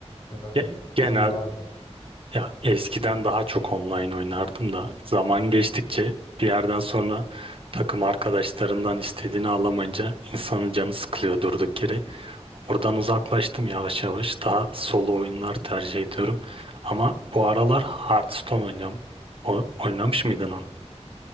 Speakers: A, on the left (about 45°); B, on the right (about 55°).
A: ya da
B: Ge- Genel
A: bir şey var mı?
B: ya eskiden daha çok online oynardım da zaman geçtikçe bir yerden sonra takım arkadaşlarından istediğini alamayınca insanın canı sıkılıyor durduk yere. Oradan uzaklaştım yavaş yavaş. Daha solo oyunlar tercih ediyorum. Ama bu aralar Hearthstone oynuyorum. O- oynamış mıydın onu?